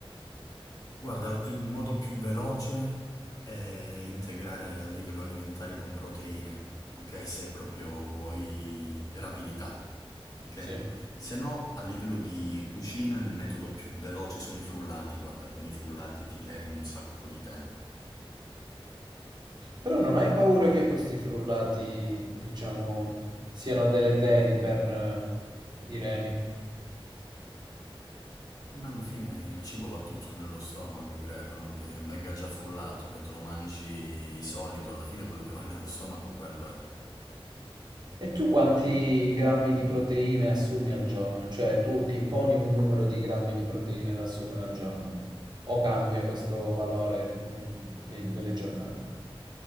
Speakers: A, on the left; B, on the right.
A: Guarda, la- il modo più veloce è integrare a livello alimentare con proteine, ok? Se proprio vuoi rapidità, ok?
B: Sì.
A: Se no, a livello di cucina il metodo più veloce sono i frullati, guarda, con i frullati ti levi un sacco di tempo.
B: Però non hai paura che questi frullati, diciamo, siano deleteri per eh, i reni?
A: Ma alla fine il cibo va tutto nello stomaco, credo, no? Che venga già frullato, che te lo mangi solido, alla fine quello che va nello stomaco quello è.
B: E tu quanti grammi di proteine assumi al giorno? Cioè, tu ti imponi un numero di grammi di proteine da assumere al giorno? O cambia questo valore nei- nei- nelle giornate?